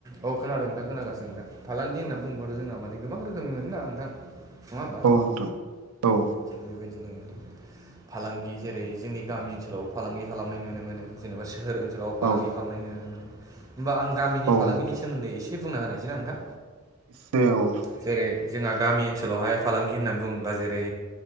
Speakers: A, on the right; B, on the right.
A: औ खोनादों नोंथां खोनागासिनो नोंथां फालांगि होनना
B: औ
A: बुंबाथ' जोंहा माने गोबां रोखोमनि मोनो ना नोंथां नङा होमबा
B: औ नोंथां औ
A: थिग बेबायदिनो फालांगि जेरै जोंनि गामि ओनसोलाव फालांगि खालामनाय नुनो मोनो जेनेबा सोहोर ओनसोलाव फालांगि
B: औ
A: खालामनाय नु मोनो होमबा आं गामिनि
B: औ
A: फालांगिनि
B: नोंथां
A: सोमोन्दै एसे बुंना होनायसै ना नोंथां
B: <unintelligible>
A: जेरै जोंहा गामि ओनसोलावहाय फालांगि होननानै बुङोब्ला जेरै